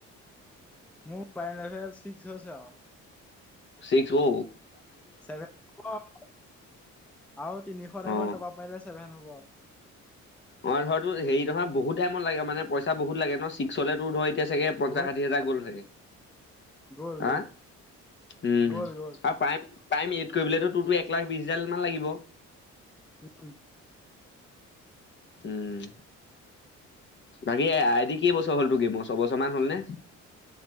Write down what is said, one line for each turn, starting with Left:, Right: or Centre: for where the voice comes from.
Centre: মোৰ প্ৰাইম লেবেল চিক্স হৈছে আৰু।
Left: চিক্স ও।
Centre: চেফেন <unintelligible> আৰু তিনিশ টকা
Left: অ'।
Centre: মান পাৰিলে ছে ছেভেন হ'ব।
Left: অ', ধৰ তোৰ হেৰি নহয় বহুত টাইমত লাগে পইচা বহুত লাগে ন' চিক্স হ'লে তোৰ ধৰ এতিয়া চাগে পঞ্চাশ,
Centre: বহুত
Left: ষাঠি হাজাৰ
Centre: পইচা
Left: গ'ল চাগে।
Centre: গ'ল
Left: হা,
Centre: গ'ল
Left: উম,
Centre: গ'ল গ'ল
Left: আৰু প্ৰায় <unintelligible> কৰিবলে তোৰটো এক লাখ বিশ হাজাৰ মান লাগিব?
Centre: উম।
Left: উম। বাকী এটি কেই বছৰ হ'ল তটো গেম ছবছৰ মান হ'ল নে।